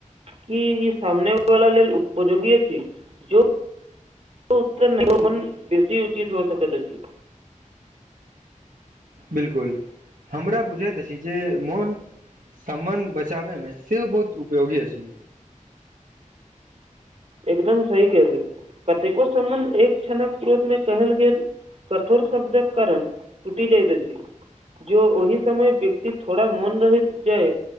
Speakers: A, on the right (about 50°); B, on the right (about 80°).
A: की ई सामने वाला लेल उपयोगी अछि जँ उत्तर नहि बेसी उचित हो सकत अछि
B: बिलकुल हमरा बुझैत अछि जे मोन सम्बन्ध बचाबैमे सेहो बहुत उपयोगी अछि
A: एकदम सही कले कतेको सम्बन्ध एक क्षणक क्रोत मे कहल गेल कठोर शब्दक कारण तूटी जाइ अछि जो ओहि समय व्यक्ति थोड़ा मन रहि जाए